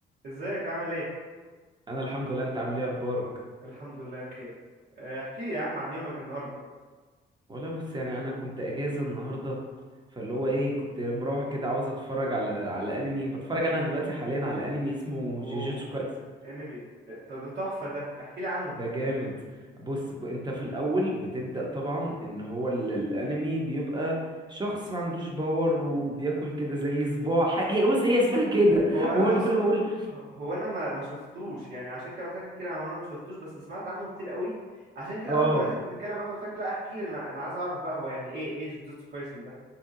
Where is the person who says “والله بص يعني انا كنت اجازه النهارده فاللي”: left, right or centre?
Right